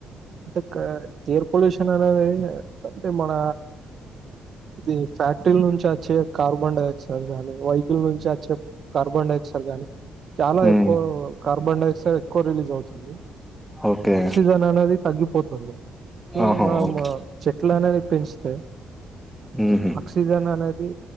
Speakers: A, on the right (about 55°); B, in the centre.
A: అంటే ఎయిర్ పొల్యూషన్ అనేది అంటే మన ఇది ఫ్యాక్టరీ నుంచి వచ్చే కార్బన్ డైయాక్సైడ్ గానీ వెహికల్ నుంచి వచ్చే కార్బన్ డైయాక్సైడ్ గాని చాలా
B: మ్మ్.
A: ఎక్కువ కార్బన్ డైఆక్సైడ్ ఎక్కువ రిలీజ్ అవుతుంది
B: ఓకే
A: ఆక్సిజన్ అనేది తగ్గిపోతుంది సో
B: ఆహా
A: మనం
B: ఓకే
A: చెట్లు అనేది పెంచితే
B: మ్మ్.
A: ఆక్సిజన్ అనేది